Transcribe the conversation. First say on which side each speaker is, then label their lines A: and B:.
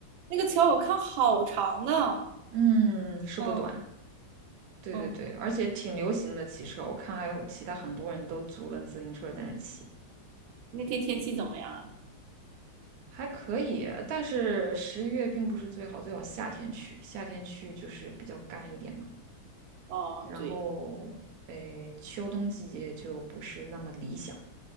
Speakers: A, on the right; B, on the right.
A: 那个桥我看好长呢。
B: 嗯，是不短。
A: 嗯
B: 对对对，
A: 嗯，
B: 而且挺流行的骑车，我看还有其他很多人都租了自行车在那骑，
A: 那天天气怎么样啊？
B: 还可以。但是十一月并不是最好，最好夏天去，夏天去就是比较干一点嘛。
A: 哦，
B: 然后，
A: 对，
B: 诶，秋冬季节就不是那么理想。